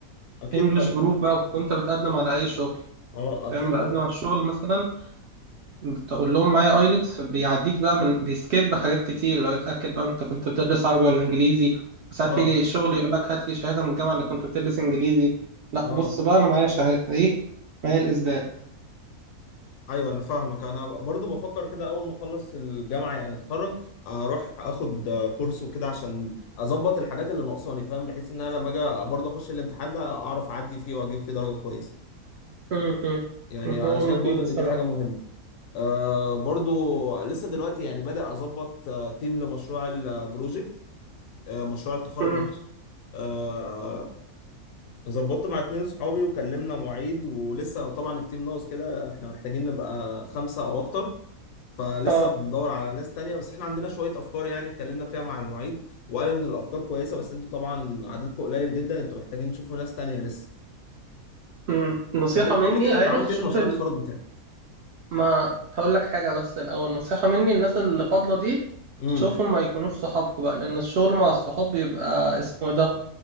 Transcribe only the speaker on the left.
اكيد
طبعا
اه اكيد
طبعا
اه
اه
ايوه انا فاهمك انا برضو بفكر كده اول ما اخلص الجامعه يعني اتخرج اروح اخد كورس وكده عشان اظبط الحاجات اللي ناقصاني فاهم بحيث ان انا لما اجي برضو اخش الامتحان ده اعرف اعدي فيه واجيب فيه درجه كويسه
يعني
انا
شايف
برضو ان
دي حاجه مهمه أه برضو لسه دلوقتي يعني بدأ اظبط آه، تيم لمشروع البروجكت آه، مشروع التخرج
معلش آه، ظبطت مع اتنين صحابي وكلمنا معيد ولسه طبعا التيم ناقص كده احنا محتاجين نبقى خمسة او اكتر فلسه
بندور على ناس تانية بس احنا عندنا شوية افكار يعني اتكلمنا فيها مع المعيد وقال ان الافكار كويسة بس انتوا طبعا عددكم قليل جدا انتوا محتاجين تشوفوا ناس تانية لسه
طب انت
قول لي كده
انت عملت
ايه في مشروع التخرج بتاعك
امم